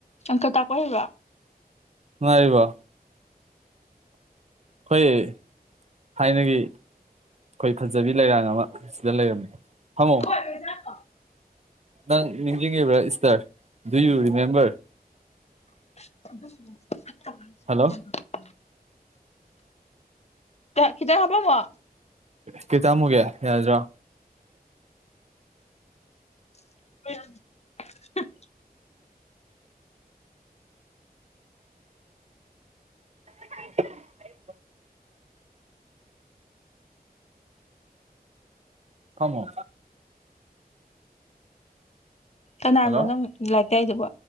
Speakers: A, on the left; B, on the right.
A: ꯑꯪꯀ ꯇꯥꯛꯄ ꯍꯩꯕꯔꯣ
B: ꯅꯨꯉꯥꯏꯔꯤꯕꯣ ꯑꯈꯣꯏꯊꯥꯏꯅꯒꯤ ꯑꯩꯈꯣꯏ ꯐꯖꯕꯤ ꯂꯩꯔꯥꯡ ꯑꯃ ꯁꯤꯗ ꯂꯩꯔꯝꯃꯦ ꯐꯝꯃꯣ
A: ꯄꯩꯁꯥ ꯀꯣ
B: ꯅꯪ ꯅꯤꯡꯁꯤꯡꯉꯤꯕ꯭ꯔꯥ Easter do you remember
A: <unintelligible>
B: hello
A: ꯈꯤꯇꯪ ꯍꯥꯞꯄꯝꯃꯣ
B: ꯀꯩ ꯇꯥꯛꯑꯝꯃꯨꯒꯦ ꯌꯥꯔꯗ꯭ꯔꯣ
A: <unintelligible>
B: <unintelligible> ꯐꯝꯃꯣ
A: ꯀꯅꯥꯅꯣ
B: ꯍꯜꯂꯣ
A: ꯅꯪ ꯂꯥꯏꯔꯤꯛ ꯇꯥꯛꯏꯗꯨꯕꯨ